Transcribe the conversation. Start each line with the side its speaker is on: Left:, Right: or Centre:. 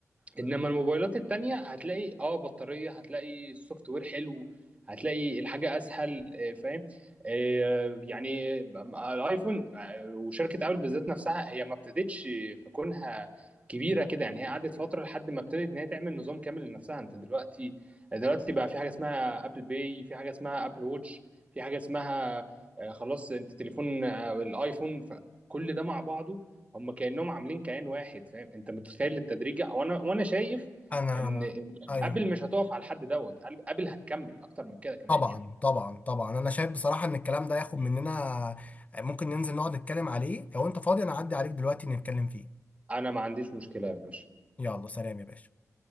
Right: انما الموبايلات التانية هتلاقي اه بطارية هتلاقي السوفت وير حلو هتلاقي الحاجة اسهل آه، فاهم آه، يعني آه، الايفون آه، وشركة ابل بالذات نفسها هي ما ابتدتش في كونها كبيرة كده يعني هي قعدت فترة لحد ما ابتدت ان هي تعمل نظام كامل لنفسها انت دلوقتي دلوقتي بقى في حاجة اسمها ابل باي في حاجة اسمها ابل ووتش في حاجة اسمها آه، خلاص انت تليفون آه، الايفون فكل ده مع بعضه هم كانهم عاملين كيان واحد فاهم انت متخيل التدريجه وانا وانا شايف
Left: انا
Right: ان إن
Left: ايوه
Right: ابل مش هتقف على الحد دوت ابل هتكمل اكتر من كده كمان
Left: طبعا
Right: يعني
Left: طبعا طبعا انا شايف بصراحه ان الكلام ده ياخد مننا ممكن ننزل نقعد نتكلم عليه لو انت فاضي انا اعدي عليك دلوقتي نتكلم فيه
Right: انا ما عنديش مشكله يا باشا
Left: يلا سلام يا باشا